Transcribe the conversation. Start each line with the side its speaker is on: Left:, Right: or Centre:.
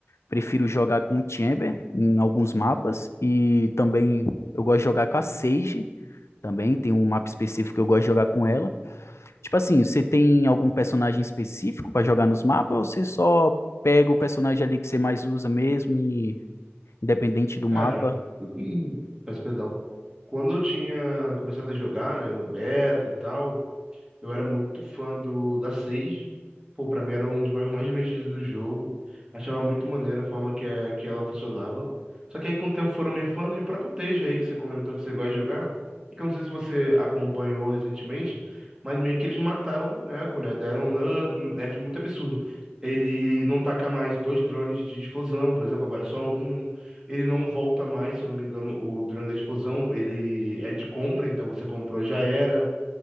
Left: Prefiro jogar com o Chamber em alguns mapas e também eu gosto de jogar com a Sage. Também tem um mapa específico que eu gosto de jogar com ela. Tipo assim, você tem algum personagem específico para jogar nos mapas ou você só pega o personagem ali que você mais usa mesmo e independente do mapa?
Right: Cara, <clears throat> peço perdão. Quando eu tinha começado a jogar, né, no beta e tal, Eu era muito fã do da Sage. Pô, pra mim era um dos jogos mais divertidos do jogo. Achava muito maneira a forma que, a, que ela funcionava. Só que aí com o tempo foram nerfando e o próprio Tejo aí que você comentou que você gosta de jogar. É que eu não sei se você acompanhou recentemente, mas meio que eles mataram o boneco, né? Deram um nu- um nerf muito absurdo. Ele não taca mais dois drones de explosão, por exemplo, agora é só um. Ele não volta mais, se eu não me engano, o drone da explosão, ele é de compra, então você comprou já era